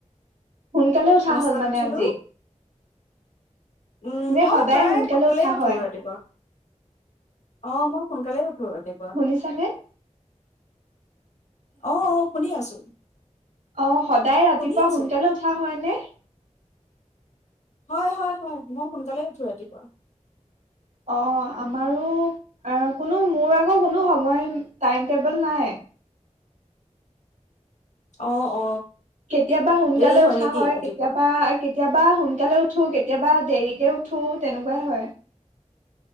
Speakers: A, on the right; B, on the left.
A: সোনকালে উঠা
B: পাঁচটাত
A: হ'ল মানে
B: উঠিলো
A: আজি
B: উম
A: যে
B: মই
A: সদায়
B: প্ৰায়
A: সোনকালে
B: সোনকালেই
A: উঠা
B: উঠো
A: হয়
B: ৰাতিপুৱা অ মই সোনকালে উঠো ৰাতিপআহ
A: শুনিছানে
B: আহ শুনি আছো
A: আহ সদায় ৰাতিপুৱা
B: শুনি আছো
A: সোনকালে উঠা হয় নে?
B: হয় হয় হয় মই সোনকালে উঠো ৰাতিপুৱা
A: অ আমাৰো কোনো মোৰ আকৌ কোনো সময় টাইম টেবুল নাই
B: অ অ
A: কেতিয়াবা সোনকালে
B: দেৰি
A: উঠা
B: নেকি
A: হয়
B: ৰাতিপুৱা
A: কেতিয়াবা কেতিয়াবা সোনকালে উঠো কেতিয়াবা দেৰিকে উঠো তেনেকুৱাই হয়